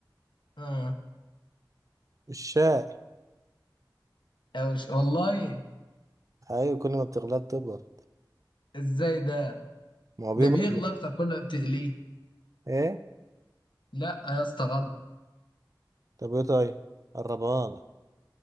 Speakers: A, on the left; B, on the right.
A: اه
B: الشاي
A: يا وش والله
B: أيوة كل ما بتغلط تبرد
A: ازاي ده
B: ما هو
A: ده
B: بيبرد
A: بيغلى
B: من-
A: اكتر كل ما بتغليه
B: إيه
A: لا يا اسطى غلط
B: طب إيه طيب قربها